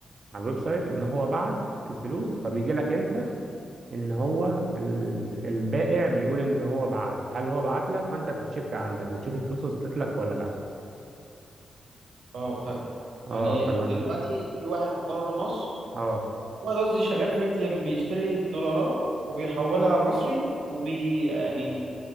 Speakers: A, on the right; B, on the right.
A: على الويب سايت ان هو بعت الفلوس فبيجي لك انت ان هو ال- البائع بيقول ان هو بعت هل هو بعت لك فانت بتتشيك عندك بتشوف الفلوس وصلت لك ولا لا
B: اه فاهم
A: اه
B: يعني
A: فلما
B: دلوقتي في واحد بره مصر
A: اه
B: واحد قصدي شغال في ارتيم بيشتري الدولارات وبيحولها مصري وبي يعني